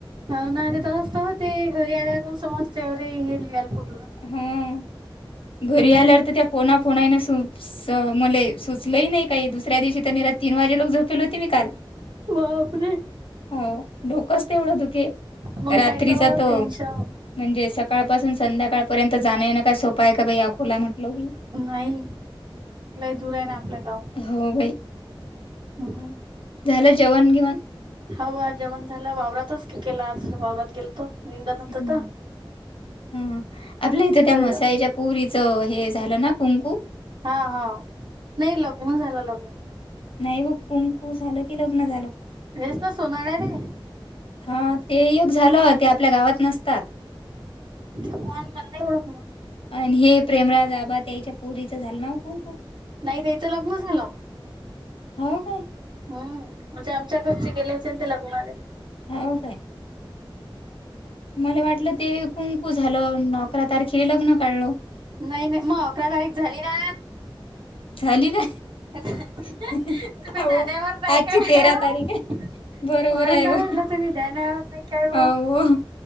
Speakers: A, on the right (about 55°); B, on the left (about 80°).
A: हऊ ना ते दसत होते घरी आला सस्ते रे हे गलपट
B: हो घरी
A: हम्म
B: आल्यावर तर त्या पोना फोना न सु मले सुचलंही नाही काही दुसऱ्या दिवशी तर निराात तीन वाजे लोक झोपेल होती मी काल
A: व आप
B: हो डोकंच तेवढं दुखे
A: मग
B: रात्रीचा
A: काय तर
B: त
A: टेन्शन
B: म्हणजे सकाळपासून संध्याकाळपर्यंत जाण ना का सोप पय का बाकोला म्हटलो की
A: नाही कु लही दूर आहे ना आपल्या गाव
B: हो बाई
A: हम्म
B: झालं जेवण घेवण
A: हवा जेवण झाला वावरातच केला आज वावरात गेल निंद न होतात
B: हं हं. आपल्या इथं त्या
A: जाला
B: मसाईच्या पुरीचं हे झालं ना कुंकु
A: हा हा नाही लग्न झालेल.
B: नाही बग कुंकु झालं की लग्न झालं.
A: रस ना सोनाळ्या रे
B: हा ते योग झालं ते आपल्या गावात नसतात
A: ते कोण म्हंद आहे एोडं कोण
B: आणि हे प्रेमराज आबाात याच्या पुरीच झालं नाव कोुमकुम
A: नाही ते इथं लग्न झालं
B: हो काय
A: हम्म म्हणजे आमच्या घरचे गेले होते ते लग्णारले
B: हो काय. मला वाटलं ते कुंकू झालं अकरा तारखे लग्न काढलं.
A: नाही नाही मग अकरा तारीख झाली ना.
B: झाली काय
A: तुम्ही
B: हो
A: जाण्यावर नाही
B: आजची
A: काय
B: तेरा
A: म्हणून
B: तारीख. बरोबर
A: तर
B: आहेय
A: म्हटलं
B: हो,
A: तुम्ही ध्यानावर नाही काय मग
B: हाव वो